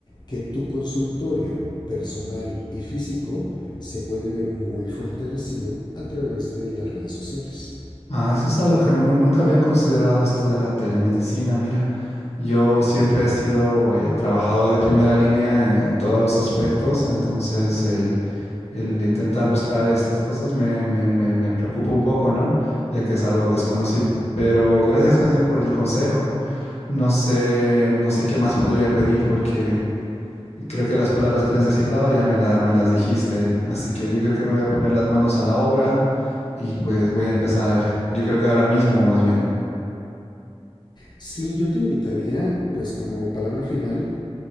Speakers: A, on the left; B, on the left.
A: que tu consultorio personal y físico se puede ver muy fortalecido a través de las redes sociales.
B: Ah, eso es algo que nu- nunca había considerado esto de la telemedicina. Mira, yo siempre he sido eh, trabajador de primera línea en, en todos los aspectos, entonces el intentar buscar estas cosas me, me, me, me preocupa un poco, ¿no? Ya que es algo desconocido. Pero gracias más bien por el consejo. No sé, no sé qué más podría pedir porque creo que las palabras que necesitaba ya me, la- me las dijiste. Así que yo creo que me voy a poner las manos a la obra y pues voy a empezar. Yo creo que ahora mismo más bien.
A: Sí, yo te invitaría, pues como palabra final,